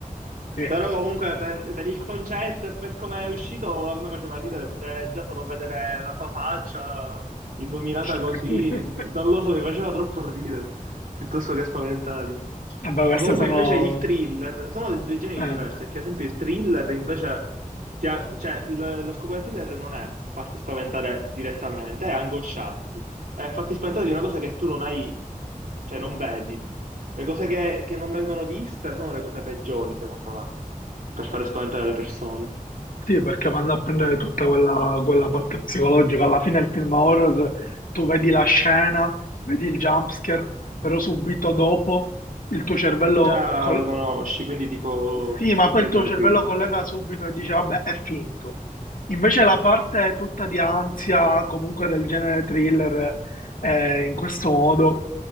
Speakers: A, on the left; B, on the right.
A: Sì.
B: Però comunque per, per il concetto e per come è uscito a me faceva ridere pure già solo vedere la sua faccia illuminata
A: <laughs>
B: così, non lo so, mi faceva troppo ridere, piuttosto che spaventarmi.
A: Vabbè, queste
B: Comunque
A: sono...
B: invece il thriller, sono due generi
A: eh,
B: diversi, perché ad esempio il thriller invece, ti ha- cioè l- lo scopo del thriller non è farti spaventare direttamente, è angosciarti, è farti spaventare di una cosa che tu non hai, cioè non vedi. Le cose che, che non vengono viste sono le cose peggiori, secondo me per fare spaventare le persone.
A: sì, perché vanno a prendere tutta quella, quella parte psicologica. Alla fine il film horror, tu vedi la scena, vedi il jumpscare, però subito dopo il tuo cervello
B: Già
A: col-
B: lo conosci, quindi tipo
A: Sì, ma poi
B: sei
A: il tuo
B: tranquillo.
A: cervello collega subito e dice, vabbè, è finto. Invece la parte tutta di ansia, comunque del genere thriller, eh, in questo modo,